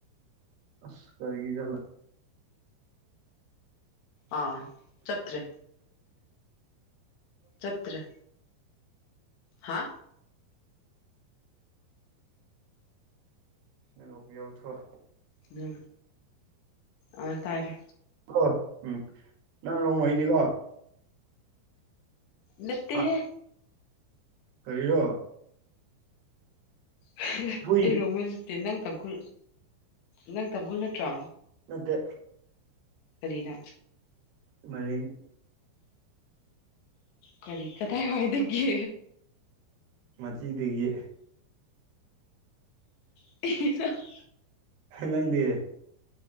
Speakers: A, on the right; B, on the left.
A: ꯑꯁ ꯀꯔꯒꯤꯔꯂꯦ
B: ꯑꯥ ꯆꯞꯇ꯭ꯔꯦ ꯆꯞꯇ꯭ꯔꯦ ꯍꯥ
A: ꯑꯦꯔꯣꯕꯤ ꯌꯥꯎꯊꯣꯔꯦ
B: ꯅꯣ ꯑꯥ ꯇꯥꯔꯦ
A: ꯑꯣ ꯎꯝ ꯅꯪ ꯔꯣꯡꯃꯩꯅꯤꯀꯣ
B: ꯅꯠꯇꯦꯍꯦ
A: ꯍꯥ ꯀꯔꯤꯔꯣ
B: <unintelligible>
A: ꯍꯨꯏ
B: ꯑꯩ ꯔꯣꯡꯃꯩ ꯅꯠ ꯑꯦ ꯅꯪ ꯇꯥꯡꯈꯨꯜ ꯅꯪ ꯇꯥꯡꯈꯨꯜ ꯅꯠꯇ꯭ꯔꯥ
A: ꯃꯠꯇꯦ
B: ꯀꯔꯤꯔ
A: ꯃꯔꯤꯡ
B: ꯀꯔꯤ ꯀꯗꯥꯥꯏ ꯋꯥꯏꯗꯒꯤ
A: ꯃꯆꯤ ꯗꯒꯤ
B: <unintelligible>
A: ꯅꯪꯗꯤ